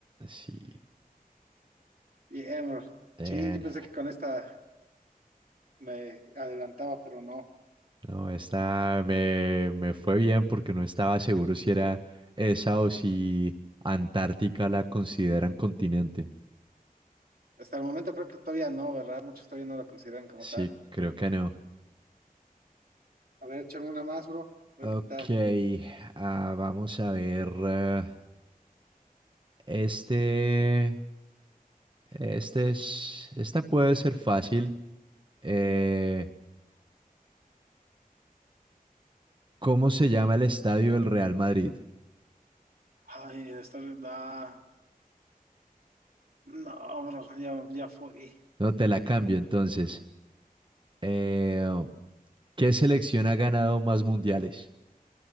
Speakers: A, on the right; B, on the right.
A: Sí.
B: Bien, bro.
A: Bien.
B: Sí, yo pensé que con esta me adelantaba, pero no.
A: No, esta me, me fue bien porque no estaba seguro si era esa o si Antártica la consideran continente.
B: Hasta el momento creo que todavía no, ¿verdad? Muchos todavía no la consideran como
A: Sí,
B: tal.
A: creo que no.
B: A ver, échame una más, bro. A ver
A: Ok,
B: qué tal.
A: ah, vamos a ver. eh, este, este es, esta puede ser fácil. Eh, ¿Cómo se llama el estadio del Real Madrid?
B: Ay, esta verdad. No, bro, ya, ya fue.
A: No te la cambio entonces. Eh, ¿qué selección ha ganado más mundiales?